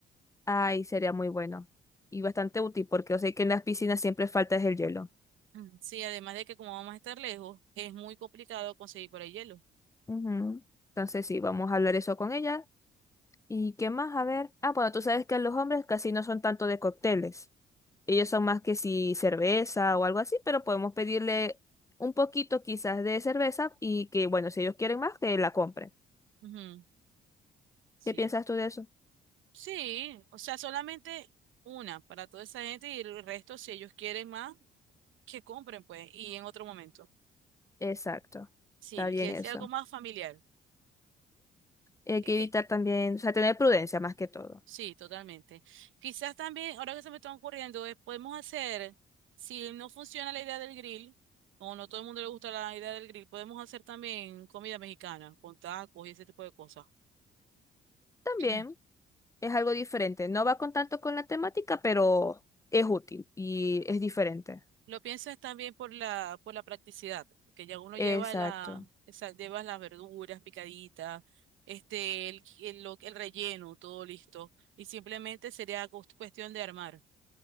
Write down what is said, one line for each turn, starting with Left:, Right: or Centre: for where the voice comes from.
Left: Ay, sería muy bueno. Y bastante útil porque yo sé que en las piscinas siempre falta es el hielo.
Right: Ujú. Sí, además de que como vamos a estar lejos, es muy complicado conseguir por ahí hielo.
Left: Ujú. Entonces sí, vamos a hablar eso con ella. ¿Y qué más? A ver. Ah, bueno, tú sabes que los hombres casi no son tanto de cócteles. Ellos son más que si cerveza o algo así, pero podemos pedirle un poquito quizás de cerveza y que, bueno, si ellos quieren más, que la compren.
Right: Ujú. Sí,
Left: ¿Qué piensas tú de eso?
Right: sí, o sea, solamente una para toda esa gente y el resto, si ellos quieren más, que compren, pues, y en otro momento.
Left: Exacto.
Right: Sí,
Left: Está bien
Right: que
Left: eso.
Right: sea algo más familiar.
Left: Hay
Right: Es
Left: que
Right: que
Left: evitar también, o sea, tener prudencia más que todo.
Right: Sí, totalmente. Quizás también, ahora que se me está ocurriendo, es, podemos hacer, si no funciona la idea del grill, o no todo el mundo le gusta la idea del grill, podemos hacer también comida mexicana, con tacos y ese tipo de cosas.
Left: También
Right: <clears throat>
Left: es algo diferente. No va con tanto con la temática, pero es útil y es diferente.
Right: Lo pienso es también por la, por la practicidad, porque ya uno lleva
Left: Exacto.
Right: la, esa- lleva las verduras picaditas, este, el, el, lo- el relleno, todo listo, y simplemente sería cos- cuestión de armar.